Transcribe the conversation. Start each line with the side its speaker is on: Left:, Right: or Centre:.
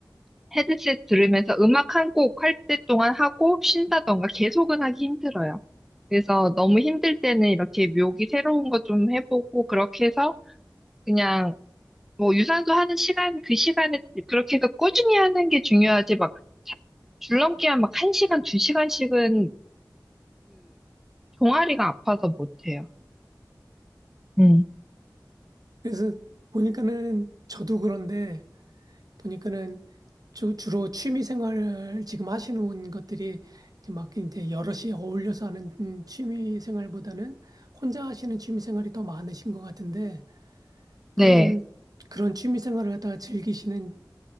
Centre: 헤드셋 들으면서 음악 한 곡 할 때 동안 하고 쉰다던가 계속은 하기 힘들어요. 그래서 너무 힘들 때는 이렇게 묘기 새로운 거 좀 해보고 그렇게 해서 그냥 뭐 유산소 하는 시간 그 시간에 그렇게 해서 꾸준히 하는 게 중요하지 막 자- 줄넘기한 막 한시간두시간씩은그 종아리가 아파서 못해요. 음.
Right: 그래서 보니까는 저도 그런데 보니까는 주, 주로 취미 생활을 지금 하시는 것들이 이제 막 이제 여럿이 어울려서 하는 음, 취미 생활보다는 혼자 하시는 취미 생활이 더 많으신 것 같은데 그런
Centre: 네.
Right: 그런 취미 생활을 갖다가 즐기시는